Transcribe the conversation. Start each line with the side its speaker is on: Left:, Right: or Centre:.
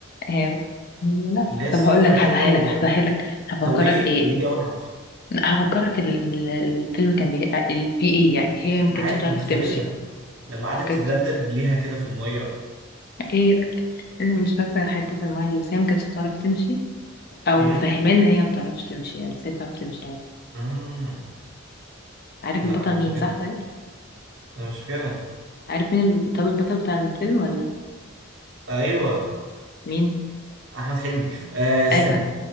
Left: هي لا
Right: اللي هي الصفرا
Left: طب هقول لك
Right: كده
Left: هسهلك
Right: و...
Left: هسهلك هفكرك
Right: طب قولي لي
Left: ايه
Right: قولي لي اول حرف
Left: لا، هفكرك ال... ال... الفيلم كان بي... ال- فيه ايه يعني هي ما
Right: انا
Left: كانتش
Right: عارف
Left: بتعرف
Right: انا متخيلها
Left: تمشي
Right: لما قعدت
Left: ما كانتش
Right: تدلدل رجليها كده في الميه
Left: ايه انا مش فاكره حته الميه بس هي ما كانتش بتعرف تمشي او
Right: امم
Left: مفهمه ان هي ما بتعرفش تمشي يعني بس هي بتعرف تمشي
Right: آه.
Left: عارف
Right: لا
Left: البطل
Right: انا مش
Left: مين
Right: فاكرها
Left: صح طيب
Right: انا مش فاكرها
Left: عارف مين ال- طب البطل بتاع الفيلم ولا
Right: ايوه
Left: مين
Right: احمد حلمي آه استني
Left: آسف